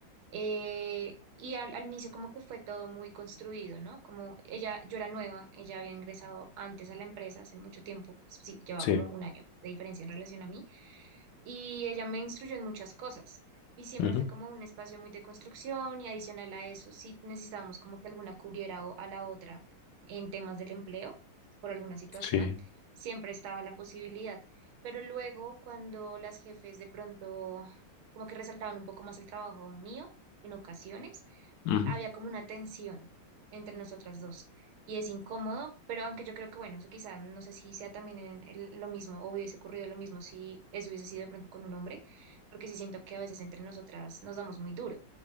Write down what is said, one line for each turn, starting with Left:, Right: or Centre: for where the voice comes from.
Right: Eh, y al, al inicio como que fue todo muy construido, ¿no? Como ella, yo era nueva, ella había ingresado antes a la empresa hace mucho tiempo, pues sí, llevaba
Left: Sí,
Right: como un año de diferencia en relación a mí y ella me instruyó en muchas cosas y siempre
Left: ujú,
Right: fue como un espacio muy de construcción y adicional a eso, si necesitábamos como que alguna cubriera o- a la otra en temas del empleo por alguna situación,
Left: sí,
Right: siempre estaba la posibilidad. Pero luego cuando las jefes de pronto como que resaltaban un poco más el trabajo mío en ocasiones,
Left: ujú,
Right: había como una tensión entre nosotras dos y es incómodo, pero aunque yo creo que, bueno, eso quizá no sé si sea también en el- lo mismo o hubiese ocurrido lo mismo si eso hubiese sido de pronto con un hombre, porque sí siento que a veces entre nosotras nos damos muy duro.